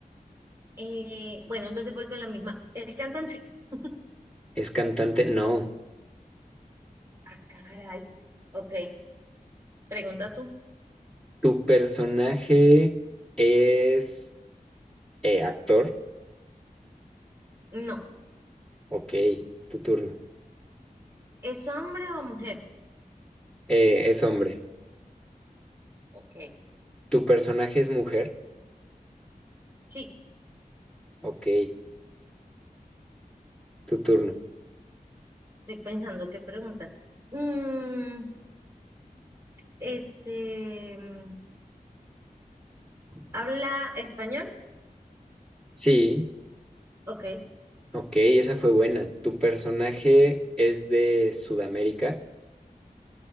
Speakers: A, on the right; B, in the centre.
A: eh, bueno, entonces voy con la misma. ¿Es cantante? <laughs>
B: ¿Es cantante? No.
A: Ah, caray. Ok, pregunta tú.
B: ¿Tu personaje es eh, actor?
A: No.
B: Ok, tu turno.
A: ¿Es hombre o mujer?
B: Eh, ¿es hombre?
A: Ok.
B: ¿Tu personaje es mujer?
A: Sí,
B: Ok, tu turno.
A: estoy pensando qué preguntar. Mm, este, mm, ¿habla español?
B: Sí.
A: Ok,
B: Ok, esa fue buena. ¿Tu personaje es de Sudamérica?